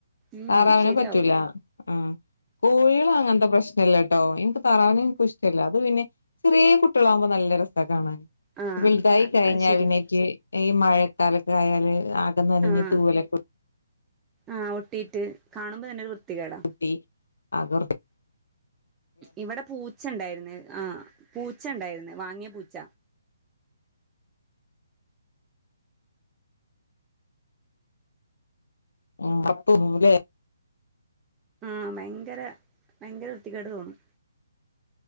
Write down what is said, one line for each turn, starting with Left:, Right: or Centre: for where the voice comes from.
Right: ഉം
Left: താറാവിനെ
Right: ശരിയാവൂല
Left: പറ്റൂല ആഹ് കോഴികൾ അങ്ങനത്തെ പ്രശ്നം. ഇഷ്ട്ടല്ലട്ടോ എനിക്ക് താറാവിനേം എനിക്കിഷ്ടല്ല അത് പിന്നെ ചെറിയ കുട്ടികളാകുമ്പോ നല്ല രസം കാണാൻ.
Right: ആഹ്
Left: വെലുതായി
Right: അത്
Left: കഴിഞ്ഞാൽ
Right: ശരിയാ
Left: പിന്നെനിക്ക് ഈ മഴക്കാലൊക്കെ ആയാല് ആക നനഞ്ഞ്
Right: ആഹ്
Left: തൂവലൊക്കെ.
Right: ആഹ് ഒട്ടിയിട്ട് കാണുമ്പോ തന്നെ ഒരു വൃത്തികേടാ.
Left: <unintelligible>
Right: ഇവിടെ പൂച്ചണ്ടായിര്ന്ന് ആഹ് പൂച്ച ഉണ്ടായിരുന്നു വാങ്ങിയ പൂച്ച.
Left: <unintelligible>
Right: ആഹ് ഭയങ്കര ഭയങ്കര വൃത്തികേട് തോന്നും.